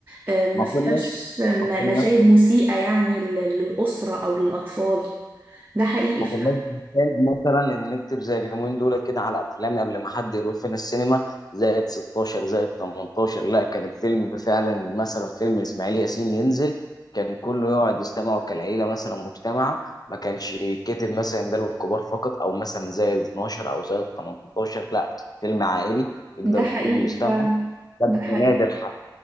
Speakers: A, on the right; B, on the left.
A: آه، ما
B: ما كناش
A: فيهاش م-
B: ما كناش
A: مشاهد مسيئة يعني لل- للأسرة أو للأطفال ده حقيقي
B: ما
A: فعلا
B: كناش بنحتاج مثلا ان نكتب زي اليومين دول كده على افلام قبل ما حد يروح فينا السينما زائد 16 زائد 18 لا كان الفيلم فعلا مثلا فيلم اسماعيل ياسين ينزل كان كله يقعد يستمعوا كالعيله مثلا مجتمع ما كانش يتكتب مثلا ده للكبار فقط او مثلا زائد 12 او زائد 18 لا فيلم عائلي يقدر
A: ده حقيقي
B: الكل يستمع
A: فعلا
B: ده
A: ده
B: بقى
A: حقيقي
B: نادر حتى